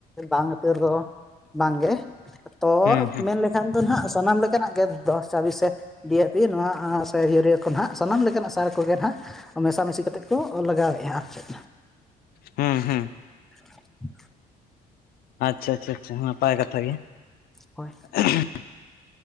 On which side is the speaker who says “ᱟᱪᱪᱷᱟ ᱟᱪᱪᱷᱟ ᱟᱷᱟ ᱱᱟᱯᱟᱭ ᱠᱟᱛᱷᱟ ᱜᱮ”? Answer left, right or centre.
Left